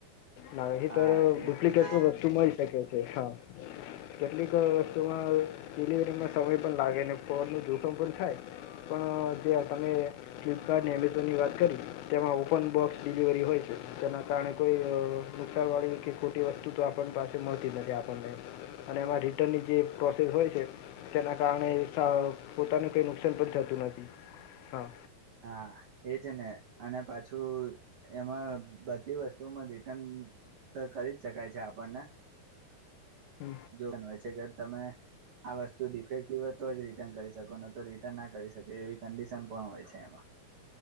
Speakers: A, on the left; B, on the right.
A: નાહીતર,
B: હા એ
A: ડુપ્લિકેટ
B: તો છે
A: વસ્તુ મળી શકે છે હા. કેટલીક, વસ્તુમાં, ડિલિવરીમાં સમય પણ લાગે, ને ફોન નું જોખમ પણ થાય. પણ, જ્યાં તમે, ફ્લિપકાર્ટ અને એમેઝોનની વાત કરી, તેમાં ઓપન બોક્સ ડિલિવરી હોય છે. તેના કારણે કોઈઅઅ, <unintelligible> વાળી કે ખોટી વસ્તુ તો આપણ પાસે મળતી નથી આપણને. અને એમાં રિટર્નની જે, પ્રોસેસ હોય છે, તેના કારણે, પોતાનું કઈ નુકસાન પણ થતું નથી, હા.
B: હા, એજ ને, અને પાછુંઉ, એમાંઅ બધી વસ્તુમાં <unintelligible> તો કરી જ શકાય છે આપણને
A: હં
B: જોવાનું હોય છે કે તમે આ વસ્તુ ડિફેક્ટિવ હોય તો જ રિટર્ન કરી શકો ન તો રિટર્ન ના કરી શકે એવી કંડિશન પણ હોય છે એમ.